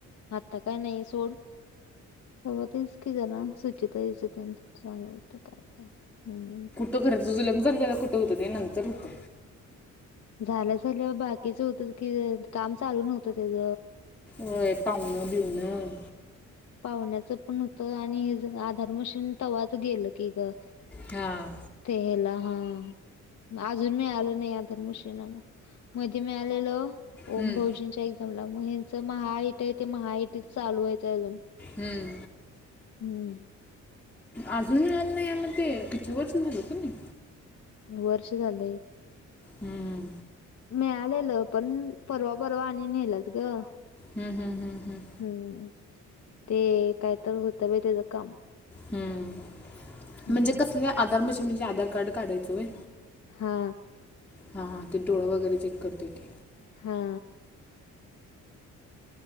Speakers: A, on the left; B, in the centre.
A: आता काय नाही सोड. हो तेच की जरा सुचिताताईच तेन <unintelligible> होत काय काय हं.
B: तो खरं तुझ लग्न झालं त्यावेळेला कुठं होतं ते नंतर होतं.
A: झालं झाल्या बाकीच हुतच की ते काम चालू नव्हतं तेज.
B: होय पावण बिवन
A: पाहुण्याचं पण होतं आणि हेज आत <unintelligible> तवाच गेलं की ग,
B: हां
A: ते हेला हा. आजुन मिळालं नाही आदर मशीन आम्हाला मधी मिळालेलं
B: हम्म,
A: ओम बहुजनच्या एक्झामला, मग ह्यांचं महाआयटी आहे ते महाआयटीच चालू व्हायचं आहे अजून.
B: हम्म.
A: हम्म.
B: आजुन मिळालं नाही <unintelligible> किती वर्ष झालं की नाही.
A: वर्ष झालं एक.
B: हम्म.
A: मिळालेलं पण परवा परवा आणि नेल्यात गं.
B: हम्म, हम्म, हम्म, हम्म.
A: हम्म, ते काय तर होतं बाई त्याज काम.
B: हम्म
A: हम्म
B: म्हणजे कसले आधार मशीन म्हणजे आधार कार्ड काढायचं व्हय?
A: हा.
B: हा हा. ते डोळ वगैरे चेक करतंय ते.
A: हा.